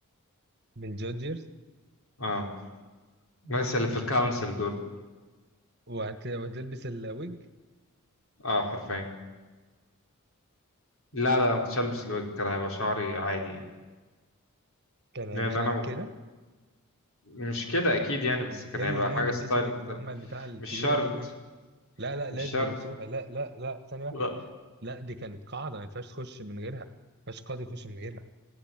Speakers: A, on the right; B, on the left.
A: من جودجرز
B: اه الناس اللي في الكونسل دول
A: وهت- وهتلبس الويج
B: اه حرفيا لا لا ما كنتش ألبس الويج كان هيبقى شعري عادي يعني
A: كان هيبقى
B: لأن
A: شعرك
B: أنا
A: كده
B: م... مش كده أكيد يعني بس كان
A: يا
B: هيبقى
A: ابني ما هما
B: حاجة
A: بيلبسوا
B: ستايل
A: ويج
B: مختلف
A: هما البتاع الكبيره
B: مش شرط
A: دي ويج لا لا
B: مش
A: لازم
B: شرط
A: يلبسوها لا لا لا ثانيه واحده
B: لا
A: لا دي كانت قاعده ما ينفعش تخش من غيرها ما ينفعش قاضي يخش من غيرها